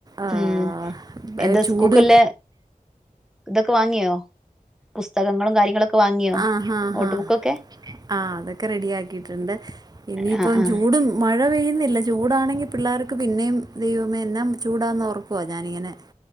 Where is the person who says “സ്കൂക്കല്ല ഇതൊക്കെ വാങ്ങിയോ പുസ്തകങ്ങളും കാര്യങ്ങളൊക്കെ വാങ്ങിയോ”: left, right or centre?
Centre